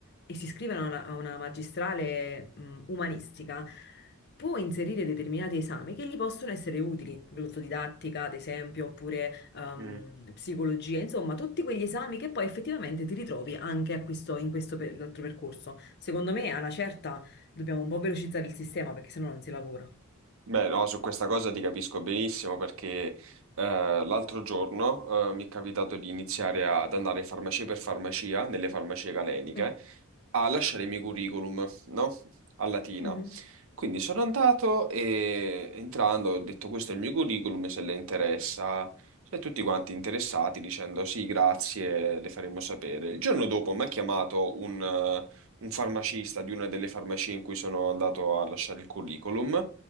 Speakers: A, on the left (about 50°); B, on the right (about 60°).
A: e si iscrive a una, a una magistrale mh, umanistica, può inserire determinati esami che gli possono essere utili, glossodidattica, ad esempio, oppure ehm,
B: Mm.
A: psicologia, insomma, tutti quegli esami che poi effettivamente ti ritrovi anche a questo- in questo per- altro percorso. Secondo me, alla certa Dobbiamo un po' velocizzare il sistema perché sennò non si lavora.
B: Beh, no, su questa cosa ti capisco benissimo perché eh, l'altro giorno eh, mi è capitato di iniziare ad andare farmacia per farmacia nelle farmacie galeniche
A: Mm,
B: a lasciare i miei curriculum, no? A Latina.
A: mhm,
B: Quindi sono andato e entrando ho detto questo è il mio curriculum, se le interessa, cioè tutti quanti interessati dicendo sì, grazie, le faremo sapere. Il giorno dopo mi ha chiamato un, eh, un farmacista di una delle farmacie in cui sono andato a lasciare il curriculum